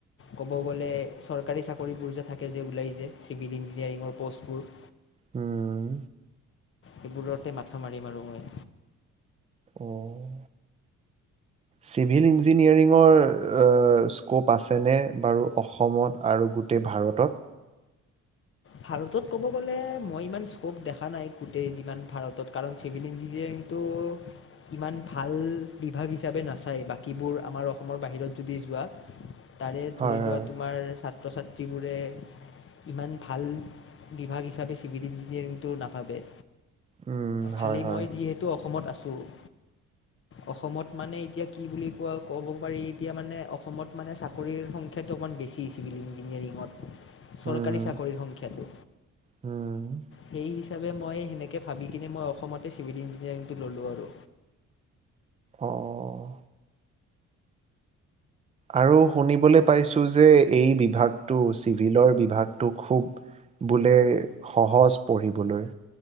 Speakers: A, on the left; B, on the right.
A: ক'ব গ'লে চৰকাৰী চাকৰিবোৰ যে থাকে যে ওলাই যে চিভিল ইঞ্জিনিয়াৰিঙৰ পষ্টবোৰ।
B: উম।
A: সেইবোৰতে মাথা মাৰি মাৰোঁ মই।
B: অহ। চিভিল ইঞ্জিনিয়াৰিঙৰ স্ক'প আছেনে বাৰু অসমত আৰু গোটেই ভাৰতত।
A: ভাৰতত ক'ব গ'লে মই ইমান স্কপ দেখা নাই গোটেই যিমান ভাৰতত কাৰণ চিভিল ইঞ্জিনিয়াৰিংটো ইমান ভাল বিভাগ হিচাপে নাচায় বাকীবোৰ আমাৰ অসমৰ বাহিৰত যদি যোৱা। তাৰে
B: হয়
A: ধৰি লোৱা
B: হয়
A: তোমাৰ চাট। ছাত্ৰ-ছাত্ৰীবোৰে ইমান। ভাল বিভাগ হিচাপে চিভিল ইঞ্জিনিয়াৰিংটো নাভাবে।
B: উম
A: খালি
B: হয় হয়
A: মই যিহেতু অসমত আছোঁ <unintelligible> অসমত মানে এতিয়া কি বুলি কোৱা ক'ব পাৰি এতিয়া মানে অসমত মানে চাকৰিৰ সংখ্যাটো অকণমান বেছি চিভিল ইঞ্জিনিয়াৰিঙত।
B: উম
A: চৰকাৰী চাক। সংখ্যটো
B: উম
A: সেই হিচ্‌ চাপে মই সেনেকে ভাবি কিনে মই অসমতে চিভিল ইঞ্জিনিয়াৰিংটো ললোঁ আৰু।
B: অ'। আৰু শুনিবলৈ পাইছোঁ যে, এই বিভাগটো, চিভিলৰ বিভাগটো, খুব বোলে সহজ পঢ়িবলৈ।